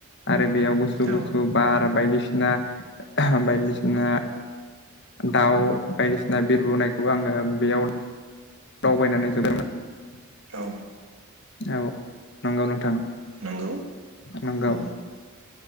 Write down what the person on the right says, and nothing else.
औ
औ
नोंगौ
औ।